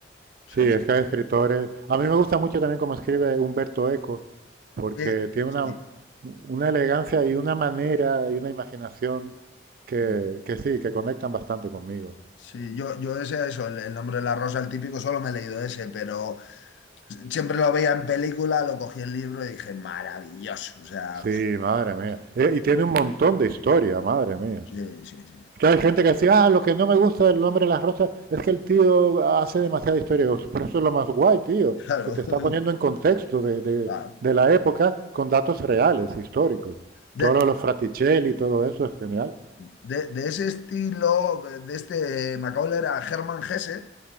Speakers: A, on the left; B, on the right.
A: o
B: Sí,
A: sea,
B: es que hay escritores. A mí me gusta mucho también cómo escribe Humberto Eco, porque
A: este,
B: tiene
A: sí,
B: una, una elegancia y una manera y una imaginación que,
A: sí,
B: que sí, que conectan bastante conmigo.
A: Sí, yo, yo ese, eso, el, el nombre de la rosa, el típico, solo me he leído ese, pero siempre lo veía en película, lo cogí el libro y dije, maravilloso, o sea,
B: Sí,
A: pf,
B: madre mía.
A: sí,
B: Eh, Y tiene un montón de historia, madre mía.
A: sí, sí, sí,
B: Que hay gente que decía, ah, lo que no me gusta del nombre de las rosas es que el tío hace demasiada historia. Digo, Pero eso es lo más guay, tío,
A: claro.
B: que te está
A: <laughs>
B: poniendo en contexto de, de-
A: Claro.
B: de la época con datos reales, históricos.
A: De,
B: Todo lo de los Fraticelli y todo eso es genial.
A: de- de ese estilo, de este Macaulay era Hermann Hesse,